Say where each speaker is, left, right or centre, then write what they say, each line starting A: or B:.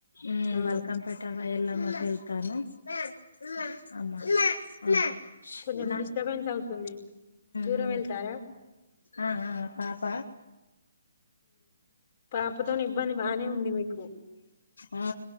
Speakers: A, on the left (about 75°); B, on the left (about 35°).
A: ఉమ్
B: అవును
A: బాల్కంపేట ఎ మ వెళ్తాను మా అమ్మ అమ్మ నా
B: కొంచెం
A: ఉమ్
B: డిస్టర్బెన్స్ అవుతుంది దూరం
A: ఉమ్
B: వెళ్తారా
A: ఆ ఆ పాప
B: పాపతోని ఇబ్బంది బానే ఉంది మీకు
A: ఆ